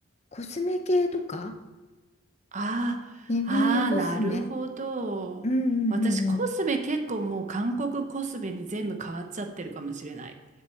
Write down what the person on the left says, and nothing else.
コスメ系とか
日本のコスメ
うんうんうんうん